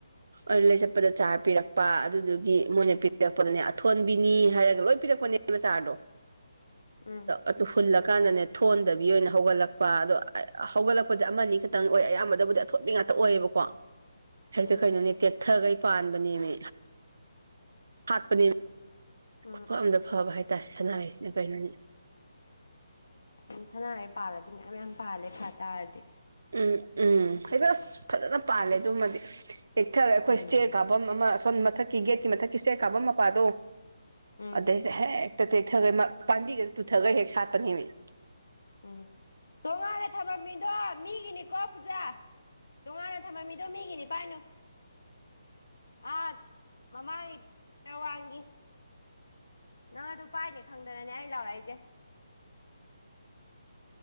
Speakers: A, on the left; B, on the right.
A: ꯎꯝ
B: ꯑꯗꯨ ꯂꯩ ꯆꯠꯄꯗ ꯆꯥꯔ ꯄꯤꯔꯛꯄ ꯑꯗꯨꯗꯨꯒꯤ ꯃꯣꯏꯅ ꯄꯤꯔꯛꯄꯗꯅꯦ ꯑꯊꯣꯟꯕꯤꯅꯤ ꯍꯥꯏꯔꯒ ꯂꯣꯌ ꯄꯤꯔꯛꯄꯅꯦꯕꯥ ꯆꯥꯔꯗꯣ
A: ꯎꯝ
B: ꯑꯗꯣ ꯍꯨꯜꯂ ꯀꯥꯟꯗꯅꯦ ꯊꯣꯟꯗꯕꯤ ꯑꯣꯏꯅ ꯍꯧꯒꯠꯂꯛꯄ ꯑꯗꯣ ꯍꯧꯒꯠꯂꯛꯄꯁꯦ ꯑꯃꯅꯤ ꯈꯛꯇꯪ ꯑꯣꯏ ꯑꯌꯥꯝꯕꯗꯕꯨꯗꯤ ꯊꯣꯠꯅꯤꯡ ꯉꯥꯛꯇ ꯑꯣꯏꯌꯦꯕꯀꯣ ꯍꯦꯛꯇ
A: ꯎꯝ
B: ꯀꯩꯅꯣꯅꯦ ꯇꯦꯛꯊꯈꯩ ꯄꯥꯟꯕꯅꯦꯃꯦ ꯍꯥꯠꯄꯅꯦ
A: ꯎꯝ
B: ꯈꯨꯐ ꯑꯝꯗ ꯐꯕ ꯍꯥꯏꯇꯥꯔꯦ ꯁꯅꯥꯔꯩꯁꯤꯅ ꯀꯩꯅꯣꯅꯤ
A: ꯎꯟ ꯁꯅꯔꯩ ꯄꯥꯜꯂꯗꯤ ꯃꯌꯥꯝ ꯌꯥꯝ ꯄꯥꯜꯂꯦ ꯐꯇꯥꯥꯔꯗꯤ
B: ꯎꯝ ꯎꯝ ꯍꯦꯛꯇ ꯑꯁ ꯐꯖꯅ ꯄꯥꯜꯂꯦ ꯑꯗꯨꯃꯗꯤ ꯍꯦꯛꯊꯔ ꯑꯩꯈꯣꯏ
A: ꯎꯝ
B: ꯁꯦꯠ ꯀꯥꯐꯝ ꯑꯃ ꯁꯣꯝ ꯃꯊꯛꯀꯤ ꯒꯦꯠꯀꯤ ꯃꯊꯛꯀꯤ ꯏꯁꯇꯌꯔ ꯀꯥꯐꯝ ꯃꯄꯥꯗꯣ
A: ꯎꯝ
B: ꯑꯗꯩꯁꯦ ꯍꯦꯛꯇ ꯇꯦꯛꯊꯒꯩ ꯄꯥꯝꯕꯤꯒꯩꯁꯦ ꯇꯨꯊꯒꯩ ꯍꯦꯛ ꯁꯥꯠꯄꯅꯦꯃꯤ
A: ꯎꯝ ꯇꯣꯉꯥꯟꯂꯦ ꯊꯕꯝ ꯃꯤꯗꯣ ꯃꯤꯒꯤꯅꯤꯀꯣ ꯄꯨꯖꯥ ꯇꯣꯉꯥꯟꯅ ꯊꯝꯃꯝꯃꯤꯗꯣ ꯃꯤꯒꯤꯅꯤ ꯄꯥꯏꯅꯣ ꯑꯥ ꯃꯃꯥꯡꯒꯤ ꯋꯥꯡꯒꯤ ꯅꯪ ꯑꯗꯨ ꯄꯥꯏꯅꯤ ꯈꯪꯗꯅꯅꯦ ꯑꯩ ꯂꯥꯎꯔꯛꯏꯁꯦ